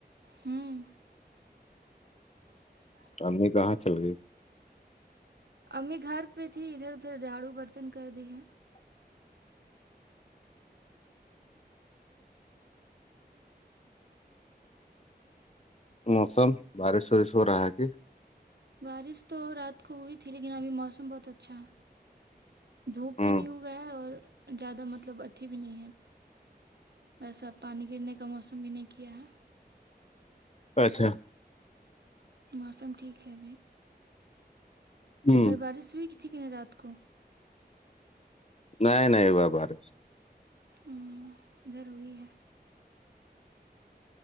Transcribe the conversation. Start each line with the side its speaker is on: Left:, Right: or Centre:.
Right: ہوں چ
Left: ہممی کہاں چل گئے
Right: امی گھر پہ تھی ادھر ادھر جھاڑو برتن کر دی ہے
Left: موسم بارش وارش ہو رہا ہے کی
Right: بارش تو رات کو ہوئی تھی لیکن ابھی موسم بہت اچھا ہے دھوپ
Left: ہوں
Right: بھی نہیں ہوگا ہے اور زیادہ مطلب اچھی بھی نہیں ہے اییسا ا پانی گرنے کا موسم بھی نہیں کیا ہے
Left: اچھا
Right: موسم ٹھیک ہے بھائی
Left: ہوں
Right: ادھر بارش ہوئی کی تھی ک نہیں رات کو
Left: نہیں نہیں ب بار
Right: ہوں ضروری ہے